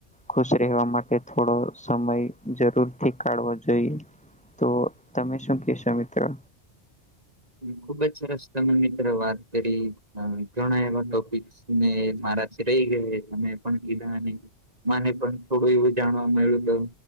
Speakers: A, in the centre; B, on the right.
A: ખુશ રહેવા માટે થોડો સમય જરૂરથી કાઢવો જોઈ તો તમે શું કેશો મિત્ર?
B: ખુબ જ સરસ તમે મિત્રો વાત કરી ઘણા એવા ટોપિક ને મારાથી રહી ગયા તમે પણ કીધા ને મને પણ થોડું એવું જાણવા મયળુતો